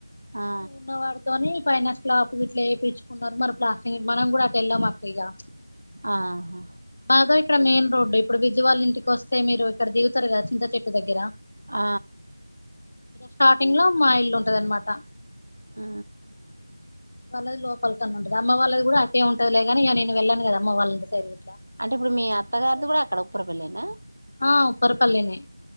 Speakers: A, on the right (about 80°); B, on the left (about 40°).
A: ఆ
B: ఉన్నవాడితోని ఫైన స్లాపు ఇట్ల వేపిచ్చిన్లు న్నారు మరి ప్లాస్ మనం కూడా అటు వెళ్దాం అక్క
A: ఆహా
B: మాద ఇక్కడ మెయిన్ రోడ్ ఇప్పుడు విజవాల్ ఇంటికి వస్తే మీరు ఇక్కడ దీగుతారు కద చింత చెట్టు దగ్గర
A: ఆ
B: స్టార్టింగ్ లో మా ఇల్లు ఉంటద అనమాట
A: హ
B: వాళ్ళది లోపలత ఉంటది అమ్మ వాళ్ళది కూడా అే ఉంటది లే గానీ నేను వెళ్ాను కదా అమ్మ వాళ్ళని సైడ్ ఇట్లా
A: అంటే ఇప్పుడు మీ అత్తగారిది కూడా అక్కడ ఉప్పుర పెళ్ళనా
B: ఆ ఉప్పరపల్లినే